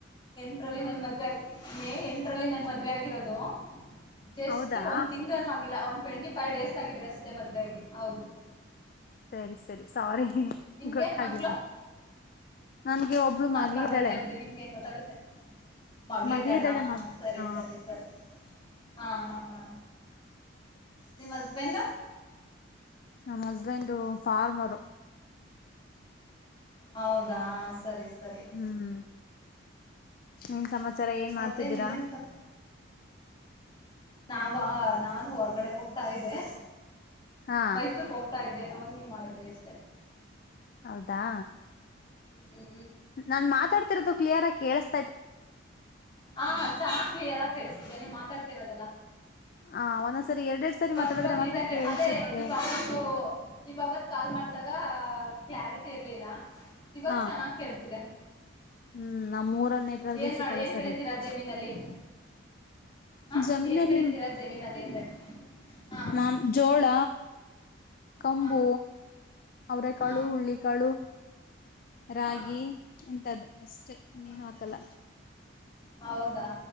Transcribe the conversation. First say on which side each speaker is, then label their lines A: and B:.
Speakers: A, on the left; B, on the left.
A: ಎರಲ್ಲಿ ನನ್ ಮದ್ವೆ ಆ ಮೇ ಎಂಟರಲ್ಲಿ ನನ್ ಮದ್ವೆ ಆಗಿರೋದು ಜಸ್ಟ್
B: ಹೌದಾ
A: ಒಂದ್ ತಿಂಗನೂ ಆಗಿಲ್ಲ ಒ <unintelligible> ಟ್ವೆಂಟಿ ಫೈವ್ ಡೇಸ್ ಆಗಿದೆ ಅಷ್ಟೇ ಮದುವೆ ಹಾಗಿ ಹೌದು
B: ಸರಿ ಸರಿ ಸಾರಿ
A: ನಿಮ್ಗೆ
B: ಗೊತ್ತಾಗ್ಲಿಲ್ಲ
A: ಮಕ್ಳು
B: ನನ್ಗೆ ಒಬ್ಳು ಮಗಳಿದ್ದಾಳೆ
A: ಪರವಾಗಿಲ್ಲ ಬಿಡಿ ನಿಮ್ಗೆ ಹೆಂಗ ಗೊತ್ತಾಗುತ್ತೆ ಮಗಳು
B: ಮಗಳಿದ್ದಾಳೆ
A: ಇದ್ದಾಳ
B: ಮಗ್
A: ಸರಿ
B: ಹ
A: ಸರಿ ಸರಿ ಹಾ ಹಾ ಹ ನಿಮ್ಮ್ ಹಸ್ಬೆಂಡ್
B: ನಮ್ಮ ಹಸ್ಬೆಂಡ ಫಾರ್ಮರು
A: ಹೌದಾ ಸರಿ ಸರಿ
B: ಹ್ಮ್ ಏನ್ ಸಮಚ್ ಚರ ಏನ್
A: ಮತ್ತೆ
B: ಮಾಡ್ತಿದ್ದೀರಾ
A: ಇನ್ನೇನ್ ಸ ನಾವ ನಾನು ಹೊರಗಡೆ ಹೋಗ್ತಾ ಇದ್ದೆ
B: ಹಾ
A: ಮೈಸೂರ್ ಹೋಗ್ತಾ ಇದೆ ಅವನ್ನ ನೀ ಮಾಡಿದ್ರೆ ಇಷ್ಟೇ
B: ಹೌದಾ
A: ಹ್ಮ್
B: ನಾನ್ ಮಾತಾಡ್ತಿರೋದು ಕ್ಲಿಯರ್ ಆಗಿ ಕೆಲಸ್
A: ಹಾ ಚೆನ್ನಾಗ್ ಕ್ಲಿಯರ್ ಆಗಿ ಕೇಳಿಸ್ತಿದೆ ನೀವ್ ಮಾತಾಡ್ತಿರದೆಲ್ಲ
B: ಹ ಒಂದೊಂದ್ಸರಿ ಎರಡೆರಡ್ ಸರಿ
A: ಸ್ಪಷ್ಟವಾಗಿ
B: ಮಾತಾಡಿದ್ರೆ
A: ನೀಟಾಗಿ
B: ಮಾತ್ರ
A: ಕೇಳ್
B: ಕೇಳ್ಸುತ್ತೆ
A: ಅದೇ ನೀವ್ ಅವತ್ತು ನೀವು ಅವ ಕಾಲ್ ಮಾಡಿದಾಗ ಕ್ಲಾರಿಟಿ ಇರ್ಲಿಲ್ಲ. ಇವತ್
B: ಹ
A: ಚೆನ್ನಾಗ್ ಕೇಳ್ತಿದೆ
B: ಹ್ಮ್ ನಮ್ಮೂರಲ್ ನೆಟ್ವರ್ಕೆ
A: ಏನ್
B: ಸಿಕ್ಕಲ್ಲ
A: ಮಾಡ ಏನ್
B: ಸರಿಯಗಿ
A: ಬೆಳಿತೀರಾ ಜಮೀನಲ್ಲಿ ಹ
B: ಜಮೀನಲ್ಲಿ
A: ಏನ್ ಬೆಳಿತೀರಾ ಜಮೀನಲ್ಲಿ ಅಂದೆ ಹ
B: ಮ ಜೋಳ ಕಂಬು
A: ಹ
B: ಅವ್ರೆ ಕಾಳು
A: ಹ
B: ಉಳ್ಳಿಕಾಳು. ರಾಗಿ
A: ಹ
B: ಇಂತದ್ ಅಷ್ಟೆ ಇನ್ನೇನು
A: ಹ
B: ಹಾಕಲ್ಲ.
A: ಹೌದಾ